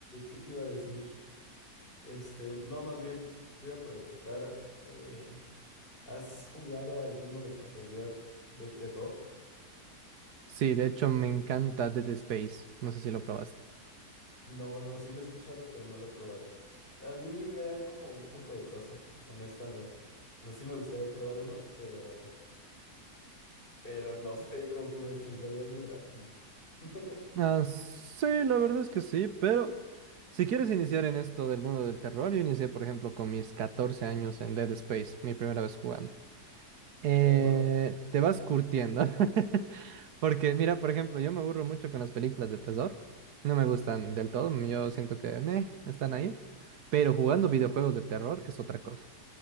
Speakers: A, on the left; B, on the right.
A: ¿qué te iba a decir? Este, no, más bien te iba a preguntar, eh, ¿has jugado alguno de casualidad de terror?
B: Sí, de hecho me encanta Dead Space. No sé si lo probaste.
A: No, no, sí lo he escuchado, pero no lo he probado. A mí me dan como un poco de cosa, honestamente. O sea, sí me gustaría probar uno, pero, pero no <laughs> sé, como que me estresaría muy rápido. <laughs>
B: Ah, sí, la verdad es que sí, pero si quieres iniciar en esto del mundo del terror, yo inicié, por ejemplo, con mis 14 años en Dead Space, mi primera vez jugando. Eh,
A: Oh, wow.
B: te vas curtiendo. ¿no? <laughs> Porque, mira, por ejemplo, yo me aburro mucho con las películas de terror. No me gustan del todo, yo siento que me están ahí. Pero jugando videojuegos de terror es otra cosa.